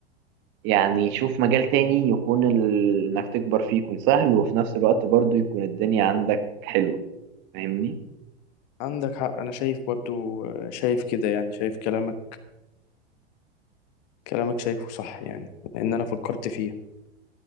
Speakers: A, on the right; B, on the left.
A: يعني شوف مجال تاني يكون ال... انك تكبر فيه يكون سهل وفي نفس الوقت برضو يكون الدنيا عندك حلوة فاهمني
B: عندك حق أنا شايف برضو آه، شايف كده يعني شايف كلامك كلامك شايفه صح يعني لأن أنا فكرت فيه